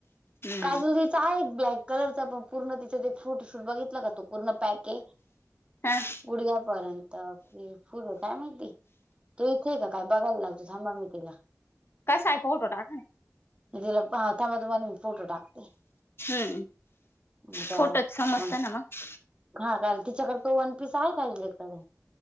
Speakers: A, on the left; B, on the right.
A: हम्म
B: काजल दीदी चाय एक ब्लॅक कलरचा. पण पूर्ण तिच्यात एक फोटोशूट बघितला का तो पूर्ण पॅके.
A: ह.
B: पुडग्यापर्यंत कि फुल. काय माहिती. ती इथेय का काय बघायला लागतो. थांब मी तिला.
A: कसाय फोटो टाका ना.
B: दिला. थांबा मी फोटो टाकते.
A: हम्म
B: मता
A: फोटोच समजत
B: <unintelligible>
A: ना मग
B: हा कारण तिच्याकडे तो वन पीस आहे. काकडे